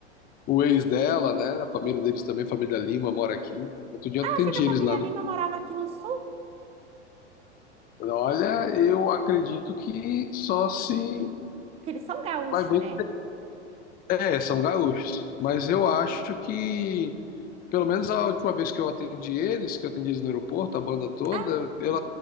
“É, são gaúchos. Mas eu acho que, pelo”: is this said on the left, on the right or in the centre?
Left